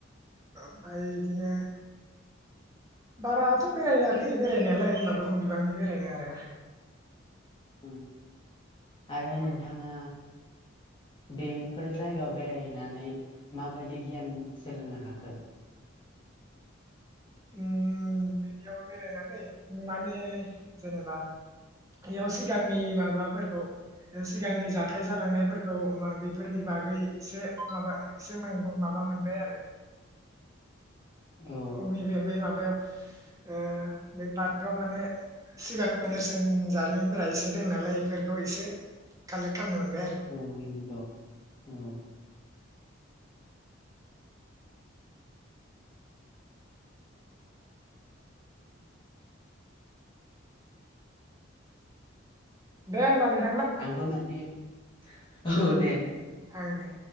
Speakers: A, on the right; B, on the left.
A: ओमफाय इदिनो बाराथ' बेरायाखै बेरायनायालाय होनबाबो खम बिबांनि बेरायदों आरोना
B: औ आरो
A: उम।
B: नोंथाङा बेफोर जायगायाव बेरायहैनानै माबायदि गियान सोलोंनो हाखो?
A: उम बिदियाव बेरायनानै माने जेनेबा इयाव सिगांनि माबाफोरखौ सिगांनि जाथाय जालांनायफोरखौ बेफोरनि बागै एसे माबा एसे माबा मोनबाय आरो।
B: औ
A: अग्नि बे बे माबा ओ बे पार्कआव माने सिगां नेरसोन जारिमिनफोरा इसे दों नालाय इफोरखौ से कालेक्ट खामनो मोन
B: औ नोंगौ औ।
A: दे होनबा नों
B: आंबो माने। औ दे।
A: आ दा।